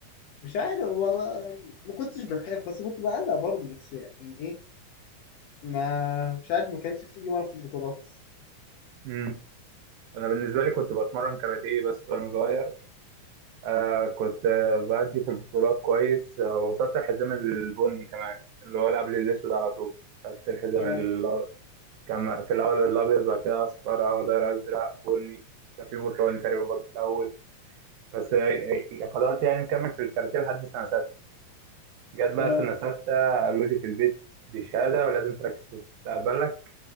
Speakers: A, on the left (about 75°); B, on the right (about 80°).
A: مش عارف والله ما كنتش بخاف بس كنت بعلق برضه بس يعني ايه ما مش عارف ما كانتش بتيجي وانا في البطولات
B: امم أنا بالنسبة لي كنت بتمرن كاراتيه بس وأنا صغير آه كنت آه، بأدي في البطولات كويس آه، وصلت الحزام البني كمان اللي هو اللي قبل الأسود على طول خدت الحزام
A: اه
B: ال- كان في الأول الأبيض بعد كده أصفر أخضر أزرق بني كان في برتقالي تقريبا برضه في الأول بس آه، آه، فضلت يعني مكمل في الكاراتيه لحد سنة جت بقى
A: اه
B: سنة ستة قالوا لي في البيت دي شهادة ولازم تركز في مستقبلك